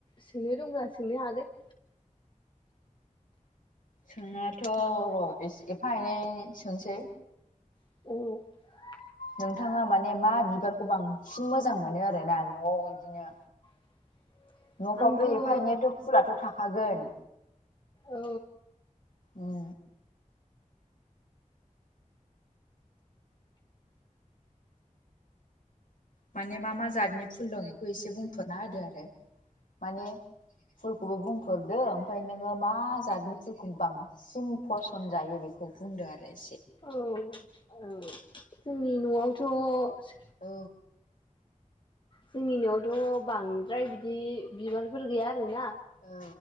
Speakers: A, on the left (about 35°); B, on the left (about 80°).
A: सोंनो दंब्ला सोंनो हागोन।
B: सोंनायाथ र एफा एनै सोंसै
A: औ
B: नोंथाङा माने मा बिबारखौ बांसिन मोजां मोनो आरोना नआव इदिनो
A: <inaudible>
B: नफ्राव एफा
A: औ
B: एनैाथ फुलाथ थाखागोन
A: औ
B: अउ माने मा मा जातनि फुल दं इखौ एसे बुंफोरना होदो? आरो माने फुलखौबो बुंफोरदो ओमफ्राय नोङो मा जातनि फुलखौ बांसिन फसन जायो बेखौ खौ बुंदोआरो एसे।
A: औ औ जोंनि नआवथ
B: औ।
A: जोंनि नआवथ बांद्राय बिदि बिबारफोर गैया आरोना।
B: औ